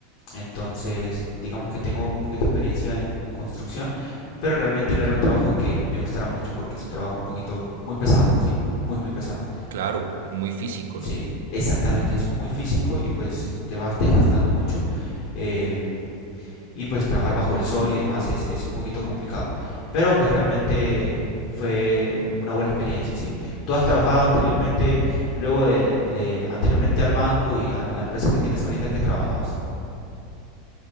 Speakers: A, on the left; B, on the right.
A: Entonces, digamos que tengo un poquito de experiencia en, en construcción, pero realmente no era un trabajo que me gustara mucho porque es un trabajo un poquito muy pesado, ¿sí? Muy, muy pesado.
B: claro, muy físico,
A: Sí,
B: ¿no?
A: exactamente, es muy físico y pues te vas desgastando mucho eh, y pues trabajar bajo el sol y demás es, es un poquito complicado, pero pues realmente fue una buena experiencia, ¿sí? ¿Tú has trabajado anteriormente, luego de, de anteriormente al banco y a la empresa que tienes ahorita, que trabajabas?